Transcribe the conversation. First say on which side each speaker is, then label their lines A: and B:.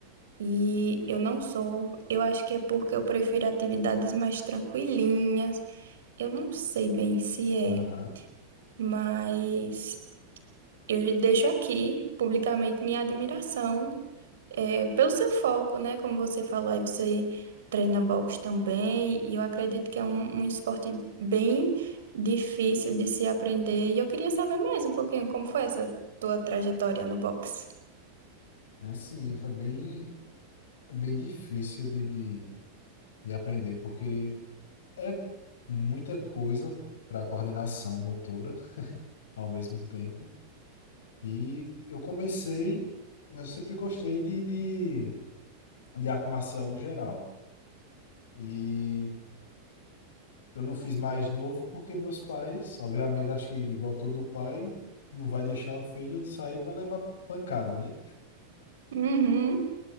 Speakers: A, on the right; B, on the left.
A: E eu não sou. Eu acho que é porque eu prefiro atividades mais tranquilinhas. Eu não sei bem se é,
B: Aham.
A: mas Eu deixo aqui publicamente minha admiração eh, pelo seu foco, né? Como você falou, aí você treina boxe também, e eu acredito que é um, um esporte bem difícil de se aprender. E eu queria saber mais um pouquinho como foi essa tua trajetória no boxe.
B: É sim, foi bem, bem difícil de, de, de aprender, porque é muita coisa para coordenação motora ao mesmo tempo. E eu comecei, eu sempre gostei de, de de arte marcial no geral. E eu não fiz mais novo porque meus pais, obviamente, acho que igual todo pai, não vai deixar o filho sair para levar pancada, né?
A: Uhum.